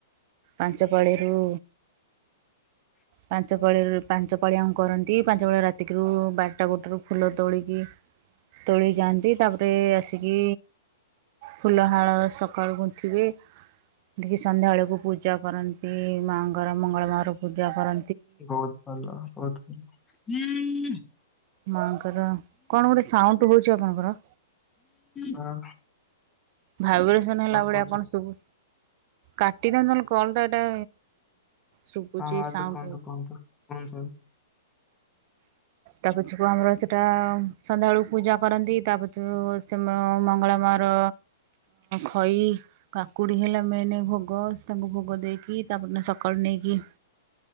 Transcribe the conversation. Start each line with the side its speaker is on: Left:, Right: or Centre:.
Right: ପାଞ୍ଚ ପାଳିରୁ
Left: <inaudible>
Right: ପାଞ୍ଚ ପାଳି ପାଞ୍ଚ ପାଳିଆଙ୍କ କରନ୍ତି, ପାଞ୍ଚ ପାଳି ରାତିକରୁ ବାରଟା ଗୋଟେ ବେଳକୁ ଫୁଲ ତୋଳିକି ତୋଳି ଯାଆନ୍ତି, ତାପରେ ଆସିକି ଫୁଲ ହାଳ ସକାଳୁ ଗୁନ୍ଥିବେ। ଗୁନ୍ଥିକି ସନ୍ଧ୍ୟାବେଳକୁ ପୂଜା କରନ୍ତି ମା ଙ୍କର, ମଙ୍ଗଳ ମାର ପୂଜା କର
Left: ବହୁତ ଭଲ ବହୁତ ଭଲ।
Right: ମାଙ୍କର କଣ ଗୋଟେ ସାଉଣ୍ଡ ହଉଛି ଆପଣଙ୍କର?
Left: ହଁ।
Right: ଭାଇବ୍ରେସନ ହେଲା ଭଳିଆ
Left: କରୁଛନ୍ତି
Right: କଣ ଶୁଭୁ, କାଟିଦିଅ ନହେଲେ କଲ ଟା ଏଇଟା ଶୁଭୁଛି
Left: ହଁ ହଁ ଏବେ
Right: ସାଉଣ୍ଡ
Left: କୁହନ୍ତୁ
Right: ହଉ
Left: କୁହନ୍ତୁ କଣ ସବୁ?
Right: ତା ପଛକୁ ଆମର ସେଟା ସନ୍ଧ୍ୟାବେଳକୁ ପୂଜା କରନ୍ତି, ତା ପଛକୁ ସେ ମ ମଙ୍ଗଳା ମା ର ଖଇ କାକୁଡି ହେଲା ମେନେ ଭୋଗ ତାଙ୍କୁ ଭୋଗ ଦେଇକି ତା ପରଦିନ ସକାଳୁ ନେଇକି